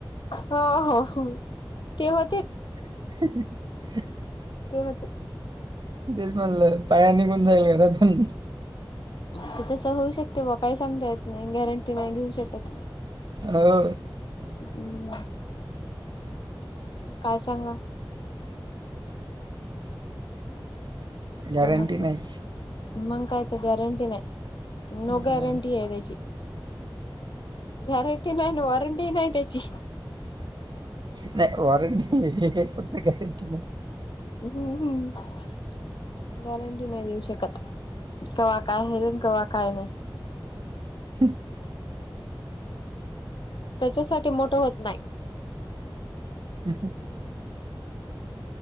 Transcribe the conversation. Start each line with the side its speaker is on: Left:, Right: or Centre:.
Left: हो हो ते होतेच.
Right: ह <unintelligible>
Left: ते होतेच.
Right: तेच म्हणलं बाहेर निघून जाईल घरातुन.
Left: ते तसं होऊ शकते बा काही सांगता येत नाही गॅरंटी नाही घेऊ शकत.
Right: हो.
Left: हम्म, काय सांगा.
Right: गॅरंटी
Left: कोणाच
Right: नाही
Left: मग काय तर गॅरंटी नाही. नो
Right: अं,
Left: गॅरंटी आहे त्याची गॅरंटी नाही, वॉरंटी नाही त्याची.
Right: नाही वॉरंटी हे फक्त गॅरंटी नाही.
Left: हम्म, हम्म, गॅरंटी नाही देऊ शकत. कवा काय हेरिन, कवा काय नाही.
Right: हम्म.
Left: त्याच्यासाठी मोठं होत नाही.
Right: ह हं.